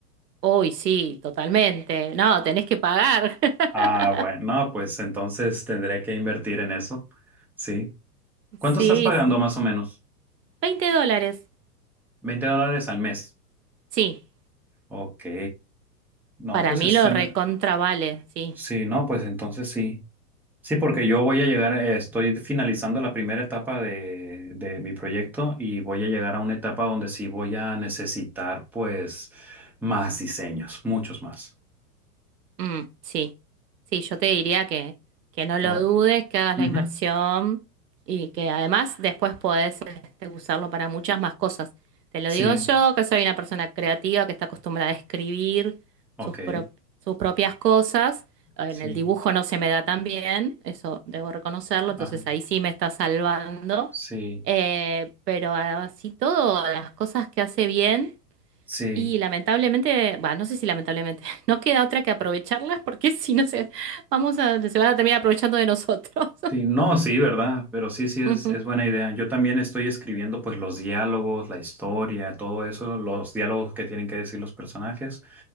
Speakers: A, on the right; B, in the centre.
A: Uy, sí, totalmente. No, tenés que pagar. <laughs>
B: Ah, bueno, no, pues entonces tendré que invertir en eso. Sí. ¿Cuánto
A: Sí,
B: estás pagando
A: sí.
B: más o menos?
A: veinte dólares.
B: 20 dólares al mes.
A: Sí,
B: Ok. No,
A: para
B: pues
A: mí
B: eso
A: lo
B: suena.
A: recontra vale, sí.
B: Sí, no, pues entonces sí. Sí, porque yo voy a llegar, eh, estoy finalizando la primera etapa de, de mi proyecto y voy a llegar a una etapa donde sí voy a necesitar, pues, más diseños, muchos más.
A: Mm, sí, sí, yo te diría que, que no
B: Qué
A: lo
B: va?
A: dudes, que hagas
B: Ujú.
A: la inversión y que además después podés este, usarlo para muchas más cosas. Te lo
B: Sí,
A: digo yo, que soy una persona creativa que está acostumbrada a escribir
B: ok.
A: sus, pro- sus propias cosas. En
B: Sí,
A: el dibujo no se me da tan bien, eso debo reconocerlo, entonces
B: ajá.
A: ahí sí me está salvando.
B: Sí,
A: Eh, pero así todo, las cosas que hace bien.
B: sí.
A: Y lamentablemente, bah, no sé si lamentablemente, <laughs> no queda otra que aprovecharlas porque <laughs> si no se, vamos a, se van a terminar aprovechando de nosotros.
B: Sí, no, sí, verdad, pero sí, sí es,
A: <laughs> Ujú.
B: es buena idea. Yo también estoy escribiendo pues los diálogos, la historia, todo eso, los diálogos que tienen que decir los personajes,